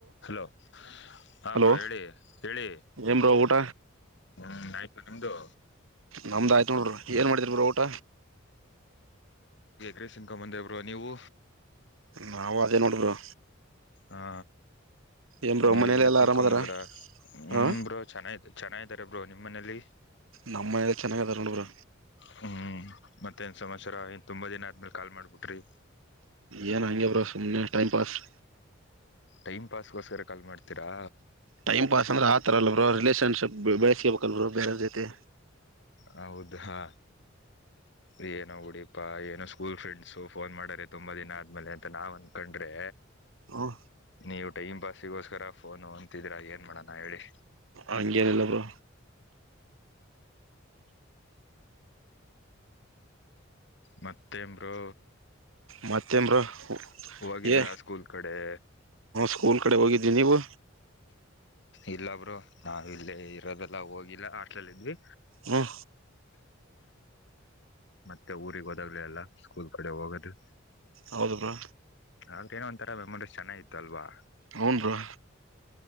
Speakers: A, on the left (about 60°); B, on the right (about 85°).
A: Hello ಹ
B: hello
A: bro ಹೇಳಿ ಹೇಳಿ
B: ಏನ್ ಬ್ರೋ ಊಟ
A: ಹ್ಮ್ ಆಯ್ತು ನಿಮ್ದು
B: ನಮ್ದ ಆಯ್ತು ನೋಡರು ಏನ್ ಮಾಡಿದ್ರ ಬ್ರೋ ಊಟ
A: ರೈಸ್ ತಿನ್ಕೋಬಂದೆ ಬ್ರೋ ನೀವು
B: ನಾವು ಅದೇ ನೋಡ ಬ್ರೋ
A: ಹಾ
B: ಏನ್ ಬ್ರೋ
A: ನೀವ
B: ಮನೇಲೆ
A: ಎಗ್ಗ್ರೈಸ್
B: ಎಲ್ಲಾ
A: ತಿನ್ಕೊ
B: ಆರಾಮದಾರ
A: ಬಂದ್ರ ಹುಬ್ರೋ
B: ಹ
A: ಚೆನ್ನಗಿ ಚೆನ್ನ ಇದಾರೆ ಬ್ರೋ ನಿಮ್ಮ್ ಮನೇಲಿ
B: ನಮ್ಮನಲ್ಲ ಚೆನ್ನಾಗದಾರ ನೋಡಬ್ರ
A: ಹ್ಮ್ ಮತ್ತೇನ್ ಸಮಚರ ಎನ್ ತುಂಬಾ ದಿನ ಆದ್ಮೇಲೆ ಕಾಲ್ ಮಾಡ್ಬಿಟ್ರಿ
B: ಏನ್ ಹಂಗೆ ಬ್ರೋ ಸುಮ್ಮ್ನೆ ಟೈಮ್ ಪಾಸ್-
A: ಟೈಮ್ ಪಾಸ್ಗೋಸ್ಕರ ಕಾಲ್ ಮಾಡ್ತೀರಾ
B: ಟೈಮ್ ಪಾಸ್ಂದ್ರೆ ಆತ್ರ್ಲ್ ರಿಲೇಷನ್ ಸ ಬೆಳಸಬೇಕ ಬೇರೆತೆ
A: ಹೌದ ಹಾ ಏನ ಡೀಪಾ ಏನೋ ಸ್ಕೂಲ್ ಫ್ರೆಂಡ್ಸು ಫೋನ್ ಮಾಡರೆ ತುಂಬಾ ದಿನ ಆದ್ಮೇಲೆ ಅಂತ ನಾವ್ ಅನ್ಕೊಂಡ್ರೆ
B: ಹ
A: ನೀವು ಟೈಮ್ ಪಾಸಿಗೋಸ್ಕರ ಫೋನ್ ಅಂತಿದ್ರಾ ಏನು ಮಾಡೋಣಾ ಹೇಳಿ
B: ಅಂಗೆನಲ್ಲ ಬ್ರೋ
A: ಮತ್ತೇನಬ್ರೋ
B: ಮಾಥೇಬ್ರು
A: ಹೋಗಿದ್ರಾ
B: ಹೆ
A: ಸ್ಕೂಲ್ ಕಡೆ
B: ಸ್ಕೂಲ್ ಕಡೆ ಹೋಗಿದ್ದೀ ನೀವು
A: ಇಲ್ಲೊಬ್ರು ನಾವ ಇಲ್ಲ ಇರೋದೆಲ್ಲ ಹೋಗಿಲ್ಲ ಹಾಸ್ಟೇಲಲ್ಲಿ ಇದ್ವಿ
B: ಹ
A: ಮತ್ತೆ ಊರಿಗೆಗ್ ಹೋದಾಗ್ಲಿ ಎಲ್ಲ ಸ್ಕೂಲ್ ಕಡೆ ಹೋಗೋದು
B: ಹೌದೂಬ್ರೋ
A: ಆದ್ರೆ ಏನೋ ಒಂತರ ಮೆಮೊರೀಸಾ ಚೆನ್ನಗೀ ಇರುತ್ತೆ ಅಲ್ವಾ
B: ಹ್ಮ್ಮ್ ಬ್ರೋ